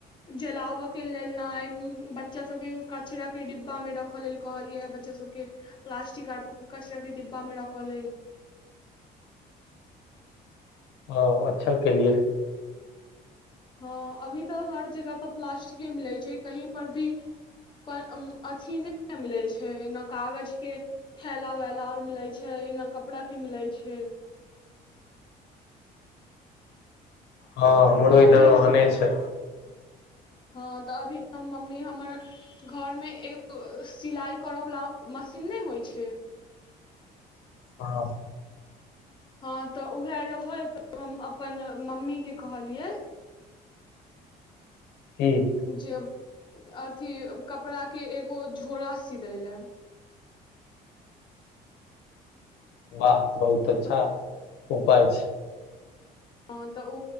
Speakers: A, on the left; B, on the left.
A: जलावे के लेल न बच्चा सब के कचरा के डिब्बा में रखे लेल कहलिय बच बच्चा सब के प्लास्टिक आर कचरा के डिब्बा मे रखल है
B: ह अच्छा केेलिए
A: हँ अभी तऽ हर जगह तऽ प्लास्टिके मिलैत छै कहीं पर भी पर अथी नै न मिले छै ना कागज के थैला वैला आर मिले छै एना कपड़ा की मिले छै
B: हँ हमरो
A: तऽ
B: इधर
A: अभी
B: ओहने
A: हम
B: छै
A: हँ तऽ अभी हम मम्मी हमर घर मे एगो सिलाई करवला मशीन नै होइ छै
B: ह
A: हँ तऽ उएह रहै तऽ हम अपन मम्मी के कहलिये <inaudible>
B: हूंम्म
A: जेब अथी कपड़ाके एगो झोरा सी दय ले
B: बाह बहुत अच्छा
A: तऽ
B: उपाय छै
A: हँ तऽ ओ